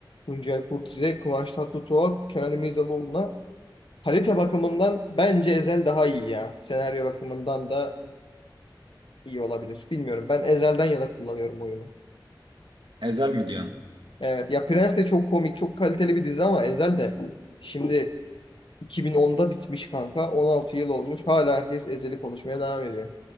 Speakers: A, on the left; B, on the right.
A: Tuncel Kurtiz'e, Kıvanç Tatlıtuğ'a, Kenan İmirzalıoğlu'na kalite bakımından bence Ezel daha iyi ya. Senaryo bakımından da iyi olabilir. Bilmiyorum. Ben Ezel'den yana kullanıyorum oyunu.
B: Ezel mi diyorsun?
A: Evet ya Prens de çok komik, çok kaliteli bir dizi ama Ezel de şimdi 2010'da bitmiş kanka. 16 yıl olmuş. Hala herkes Ezel'i konuşmaya devam ediyor.